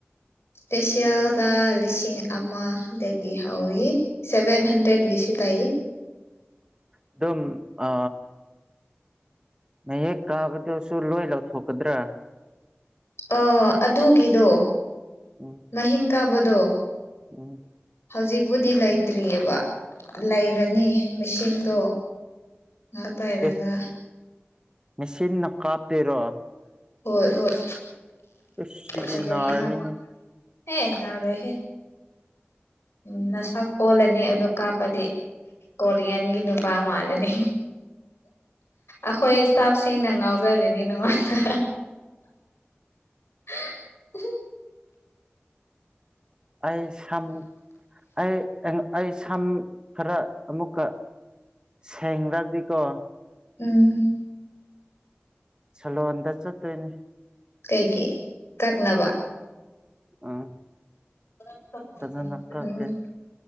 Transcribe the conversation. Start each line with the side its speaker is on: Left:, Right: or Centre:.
Left: ꯐꯦꯁꯦꯜꯗ ꯂꯤꯁꯤꯡ ꯑꯃꯗꯒꯤ ꯍꯧꯏ ꯁꯦꯕꯦꯟ ꯍꯟꯗ꯭ꯔꯦꯠ ꯀꯤꯁꯨ ꯂꯩ꯫
Right: ꯑꯗꯨꯝ ꯑ ꯍꯦꯛ ꯀꯥꯕꯗꯨꯁꯨ ꯂꯣꯏꯅꯥ ꯂꯧꯊꯣꯛꯀꯗ꯭ꯔꯥ꯫
Left: ꯑ ꯑꯗꯨꯒꯤꯗꯣ꯫
Right: ꯎꯝ꯫
Left: ꯃꯍꯤꯡ ꯀꯥꯕꯗꯣ꯫
Right: ꯎꯝ꯫
Left: ꯍꯧꯖꯤꯛꯄꯕꯨꯗꯤ ꯂꯩꯇ꯭ꯔꯤꯑꯕ ꯂꯩꯔꯅꯤ ꯃꯦꯆꯤꯟꯗꯣ꯫ ꯉꯍꯥꯛ ꯄꯥꯏꯔꯒꯥ꯫
Right: ꯑꯦ ꯃꯦꯆꯤꯟꯅ ꯀꯥꯞꯇꯣꯏꯔꯣ
Left: ꯍꯣꯏ ꯍꯣꯏ
Right: ꯏꯁ ꯁꯤꯗꯤ
Left: ꯐꯖꯩꯌꯦ
Right: ꯅꯥꯔꯅꯤꯍꯦ
Left: ꯌꯥꯝ ꯍꯦ ꯌꯥꯔꯣꯏ ꯍꯦ ꯎꯝ ꯅꯁꯥꯛ ꯑꯣꯜꯂꯅꯤ ꯑꯗꯨ ꯀꯥꯞꯄꯗꯤ ꯀꯣꯔꯤꯌꯥꯟꯒꯤ ꯅꯨꯄꯥ ꯃꯥꯟꯂꯅꯤ ꯑꯈꯣꯏ ꯏꯁꯇꯥꯐꯁꯤꯡꯅ ꯉꯥꯎꯖꯔꯤꯅꯤ ꯅꯉꯣꯟꯗ <unintelligible>
Right: ꯑꯩ ꯁꯝ ꯑꯩ ꯑꯩ ꯁꯝ ꯈꯔ ꯑꯃꯨꯛꯀ ꯁꯦꯡꯗ꯭ꯔꯗꯤꯀꯣ
Left: ꯎꯝ
Right: ꯁꯦꯂꯣꯟꯗ ꯆꯠꯇꯣꯏꯅꯦ
Left: ꯀꯩꯒꯤ ꯀꯛꯅꯕ
Right: ꯑ
Left: <unintelligible>
Right: ꯐꯖꯅ ꯀꯛꯀꯦ
Left: ꯎꯝ